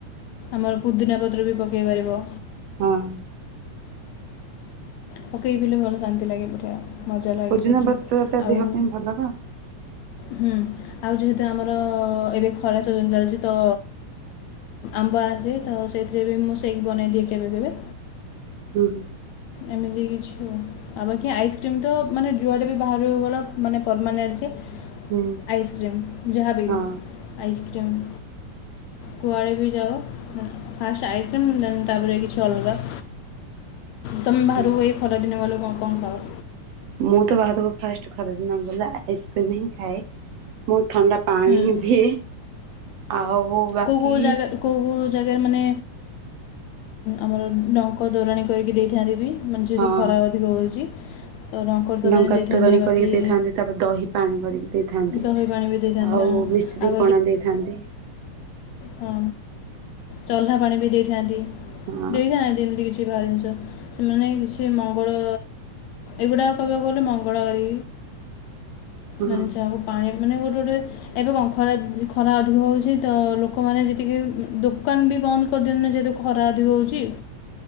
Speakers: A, on the left (about 80°); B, on the right (about 70°).
A: ଆମର ପୁଦିନା ପତ୍ର ବି ପକାଇ ପାରିବ।
B: ହଁ।
A: ପକେଇ ପି ଭଲ ଶାନ୍ତି ଲାଗେ ବଢ଼ିଆ ମଜା ଲାଗେ
B: ପୋଦିନା
A: ସେଥିରେ
B: ପତ୍ର ଟା
A: ଆଉ
B: ଦେହ ପାଇଁ ଭଲ ବା
A: ହୁଁ ଆଉ ଯେହେତୁ ଆମର ଏବେ ଖରା ସିଜନ୍ ଚାଲିଛି ତ ଆମ୍ବ ଆସେ ତ ସେଇଥିରେ ବି ମୁଁ ସେକ୍ ବନେଇଦିଏ କେବେ କେବେ।
B: ହୁଁ ହୁଁ।
A: ଏମିତି କିଛି ଆଉ। ଆଉ ବାକି ଆଇସ୍କ୍ରିମ ତ ମାନେ ଯୁଆଡେ ବି ବାହାରୁ ହେଇଗଲା ମାନେ ପରମାନେଣ୍ଟ ଯେ
B: ହୁଁ
A: ଆଇସ୍କ୍ରିମ ଯାହା ବି
B: ହଁ
A: ଆଇସ୍କ୍ରିମ। କୁଆଡ଼େ ବି ଯାଉ ଫାଷ୍ଟ ଆଇମ୍ କ୍ରିମ୍ ଦେନ୍ ଅଲଗା ତମେ ବାହାରିବ
B: ହୁଁ।
A: ଏଇ ଖରାଦିନ ଗଲେ କଣ କଣ ଖାଅ।
B: ମୁଁ ତ ବାହାରକୁ ଫାଷ୍ଟ ଖରା ଦିନ ଗଲେ ଆଇସ୍କ୍ରିମ ହିଁ ଖାଏ ମୁଁ ଥଣ୍ଡା ପାଣି
A: ହୁଁ
B: ବି ଆଉ ବାକି
A: କୋଉ କୋଉ ଜାଗାରୁ କୋଉ କୋଉ ଜାଗାରେ ମାନେ ଆମର ଢଙ୍କ ତୋରାଣି କରିକି ଦେଇଥାନ୍ତି ବି। ମାନେ ଯେହେତୁ
B: ହଁ
A: ଖରା ଅଧିକ ହେଉଛି ତ ଡ଼ଙ୍କର ତରାଣୀ
B: ଲଙ୍କା
A: ଦେଇଥାନ୍ତି
B: ତୋରାଣୀ
A: ବାକି
B: କରିକି ଦେଇଥାନ୍ତି ତାପରେ ଦହି ପାଣି କରିକି ଦେଇଥାନ୍ତି
A: ଦହି ପାଣି ବି ଦେଇଥାନ୍ତି
B: ଆଉ
A: ହଁ
B: ମିଶ୍ରୀପଣା
A: ଆଉ
B: ଦେଇଥାନ୍ତି।
A: ହଁ ଚହ୍ଲା ପାଣି ବି ଦେଇଥାନ୍ତି
B: ହଁ
A: ଦେଇଥାନ୍ତି ଏମିତି କିଛି ବାହାର ଜିନିଷ। ସେମାନେ ସେ ମଙ୍ଗଳ ଏଗୁଡା କହିବାକୁ ଗଲେ ମଙ୍ଗଳକାରାର
B: ହଁ
A: ମାନେ
B: ହୁଁ।
A: ଯହା ହଉ ପାଣି ମାନେ ଗୋଟେ ଗୋଟେ ଏବେ କଣ ଖରା ଖରା ଅଧିକ ହେଉଛି ତ ଲୋକମାନେ ଯେତିକି ଦ ଦୋକାନ ବି ବନ୍ଦ କରିଦେଲୁନୁ ଯେହେତୁ ଖରା ଅଧିକ ହଉଛି